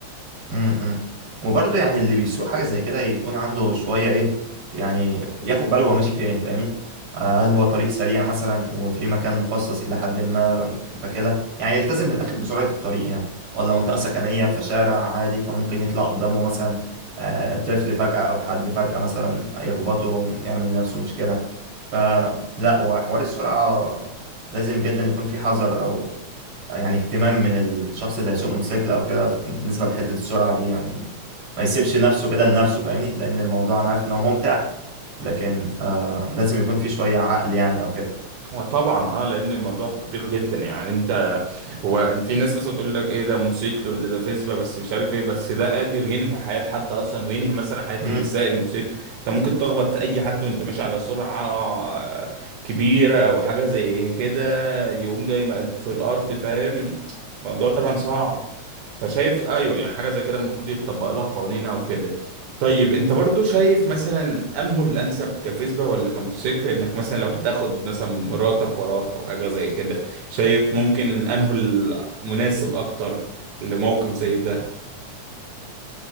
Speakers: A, on the right; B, on the right.
A: امم امم. وبرضه يعني اللي بيسوق حاجة زي كده يكون عنده شوية ايه يعني ياخد باله هو ماشي فين فاهمني آه، هل هو طريق سريع مثلا وفي مكان مخصص إلى حد ما فكده يعني يلتزم من الآخر بسرعة الطريق يعني ولا منطقة سكنية فشارع عادي فممكن يطلع قدامه مثلا آه، طفل فجأة أو حد فجأة مثلا يخبطه يعمل لنفسه مشكلة فلا وحوار السرعة لازم جدا يكون في حذر أو يعني اهتمام من الشخص اللي هيسوق موتوسيكل او كده بالنسبه لحته السرعه دي يعني ما يسيبش نفسه كده لنفسه فاهمني لان الموضوع انا عارف ان هو ممتع لكن آه لازم يكون في شويه عقل يعني او كده
B: وطبعا اه لان الموضوع خطير جدا يعني انت هو في ناس مثلا بتقول لك ايه ده موتوسيكل ولا ده فيسبا بس مش عارف ايه بس ده قادر ينهي حياة حد اصلا وينهي مثلا حياة
A: مم.
B: اللي سايق الموتوسيكل انت ممكن تخبط اي حد وانت ماشي على سرعة كبيرة او حاجة زي كده يقوم جاي مقلوب في الارض فاهم الموضوع طبعا صعب فشايف ايوه يعني حاجة زي كده المفروض يتطبق لها قوانين او كده طيب انت برضو شايف مثلا انه الانسب كفيسبا ولا كموتوسيكل انك مثلا لو هتاخد مثلا مراتك وراك او حاجه زي كده شايف ممكن انه المناسب اكتر لموقف زي ده